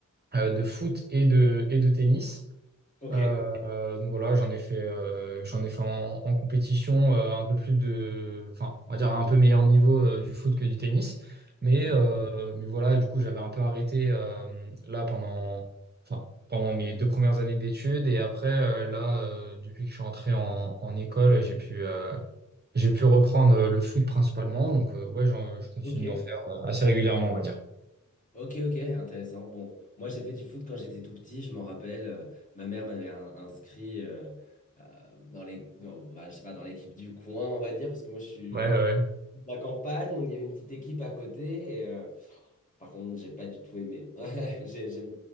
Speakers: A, on the right; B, on the left.
A: euh, de foot et de, et de tennis.
B: Ok,
A: Euh, donc voilà, j'en ai fait, euh, j'en ai fait en, en compétition euh, un peu plus de, enfin, on va dire à un peu meilleur niveau euh, du foot que du tennis. Mais,
B: ok,
A: euh, mais voilà, du coup, j'avais un peu arrêté euh, là pendant, enfin, pendant mes deux premières années d'études. Et après, euh, là, euh, depuis que je suis rentré en, en école, j'ai pu, euh, j'ai pu reprendre euh, le foot principalement. Donc euh, ouais, j'en- je continue
B: ok,
A: d'en faire euh, assez régulièrement, on va dire.
B: ok, ok, intéressant. Bon, moi, j'ai fait du foot quand j'étais tout petit, je m'en rappelle. euh, ma mère m'avait in- inscrit euh, euh, dans les, dans, bah, je sais pas, dans l'équipe du coin, on va dire, parce que moi, je suis
A: Ouais, ouais.
B: de la campagne, donc il y avait une petite équipe à côté. Par contre, j'ai pas du tout aimé. <laughs> Ouais, j'ai- j'aimais-